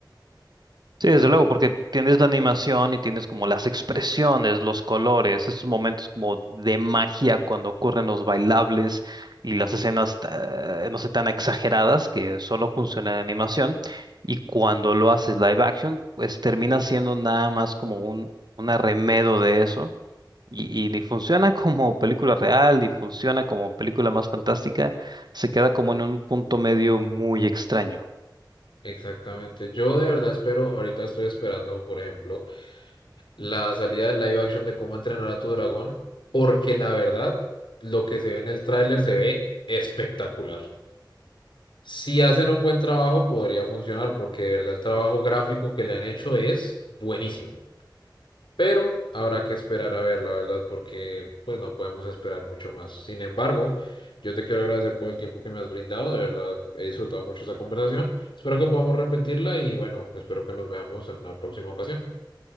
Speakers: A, on the right; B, on the left.
A: Sí,
B: En-
A: desde luego, porque tienes la animación y tienes como las expresiones, los colores, esos momentos como de magia cuando ocurren los bailables y las escenas, eh, no sé, tan exageradas que solo funciona en animación. Y cuando lo haces live action, pues termina siendo nada más como un, un arremedo de eso. Y, y ni funciona <laughs> como película real, ni funciona como película más fantástica. Se queda como en un punto medio muy extraño.
B: Exactamente. Yo de verdad espero, ahorita estoy esperando, por ejemplo, la salida del live action de cómo entrenar a tu dragón, porque la verdad, lo que se ve en el tráiler se ve espectacular. Si hacen un buen trabajo, podría funcionar, porque de verdad el trabajo gráfico que le han hecho es buenísimo. Pero habrá que esperar a ver, la verdad, porque pues no podemos esperar mucho más. Sin embargo, yo te quiero agradecer por el tiempo que me has brindado. De verdad, he disfrutado mucho esta conversación. Espero que podamos repetirla y bueno, espero que nos veamos en una próxima ocasión.